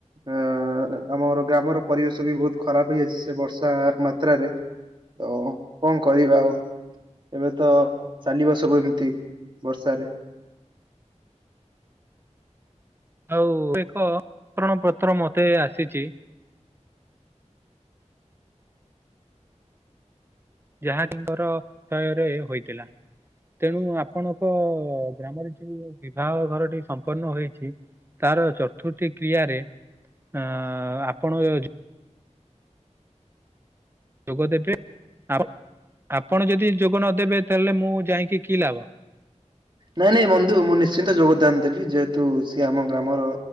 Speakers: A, on the right (about 40°); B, on the right (about 20°).
A: ଅଁ ଆମର ଗ୍ରାମର ପରିବେଶ ବି ବହୁତ ଖରାପ ହେଇଯାଇଛି ସେଇ ବର୍ଷା ମାତ୍ରାରେ। ତ କଁ କରିବା ଆଉ? ଏବେ ତ ଚାଲିିବସବୁ ଏମିତି ବର୍ଷାରେ।
B: ଆଉ ଏକ ପତ୍ର ମତେ ଆସିଚି। ଯାହାକିଙ୍କର କ୍ଷୟରେ ହୋଇଥିଲା। ତେଣୁ ଆପଣଙ୍କ ଗ୍ରାମରେ ଯୋଉଁ ବିବାହ ଘରଟି ସମ୍ପନ୍ନ ହୋଇଛି ତାର ଚତୁର୍ଥୀ କ୍ରିୟାରେ ଆଁ ଆପଣ ଯୋ ଯୋଗ ଦେବେ ଆଉ। ଆପଣ ଯଦି ଯୋଗ ନଦେବେ ତାହେଲେ ମୁଁ ଯାଇକିଁ କି ଲାଭ?
A: ନାଇଁ ନାଇଁ ବନ୍ଧୁ ମୁଁ ନିଶ୍ଚିନ୍ତ ଯୋଗ ତାନ ଦେବି ଯେହେତୁ ସିଏ ଆମ ଗ୍ରାମର